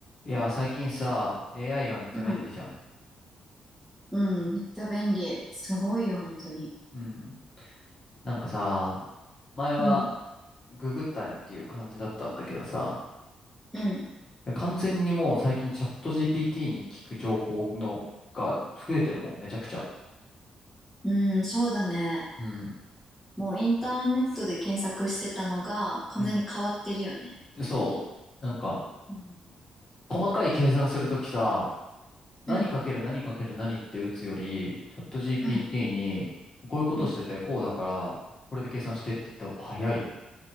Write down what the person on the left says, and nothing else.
いや、最近さ、AI がめっちゃ便利じゃん。
うん。なんかさ、前は
ググったりっていう感じだったんだけどさ、
いや完全にもう最近チャット GPT に聞く情報のが増えてるもん、めちゃくちゃ。
うん。
うん。そう。なんか、
細かい計算するときさ、何かける何かける何って打つより、
チャット GPT
に、こういうことしてて、
こうだから、これで計算してって言った方が早いもん。